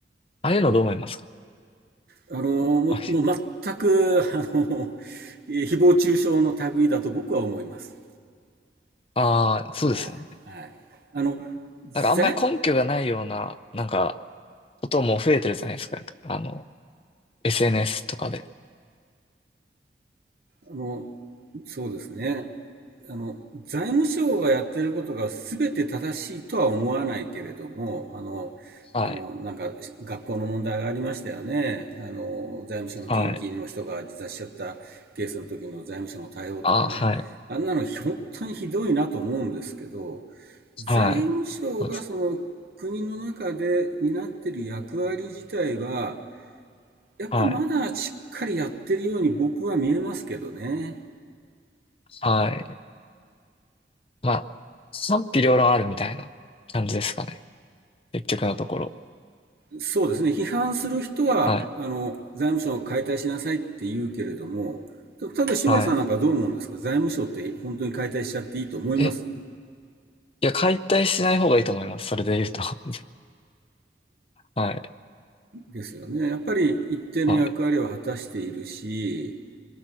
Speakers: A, on the left; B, on the right.
A: ああいうのどう思いますか
B: あの、もう全く、
A: はい。
B: あの、誹謗中傷の類だと僕は思います。
A: ああ、そうですよね。
B: はい、はい。あの、
A: なんかあんまり根拠がないような、
B: 財、
A: なんか、ことも増えてるじゃないですか。あの、SNS とかで。
B: あの、そうですね。あの、財務省がやってることが全て正しいとは思わないけれども、あの、
A: はい。
B: あの、なんか学校の問題がありましたよね。あの、財務省の近畿の人が自殺しちゃったケースの時の財務省の対応とかね。
A: はい。ああ、はい。
B: あんなの本当にひどいなと思うんですけど、財務省がその国の中で担ってる役割自体は、
A: はい。そうです。
B: やっぱまだしっかりやってるように僕は見えますけどね。
A: はい。はい。まあ、賛否両論あるみたいな感じですかね。結局のところ。
B: そうですね。批判する人は、
A: はい。
B: あの、財務省を解体しなさいって言うけれども、例えば、俊也さんなんかどう思うんですか財務省って本当に解体しちゃっていいと思います
A: はい。え、いや、解体しない方がいいと思います。それで言うと。<laughs> はい。
B: ですよね。やっぱり一定の役割を果たしているし、
A: はい。